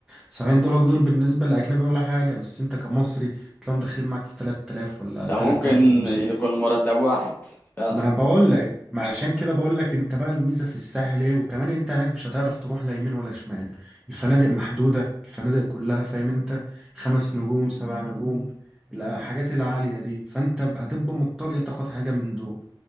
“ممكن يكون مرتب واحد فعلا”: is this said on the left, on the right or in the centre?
Left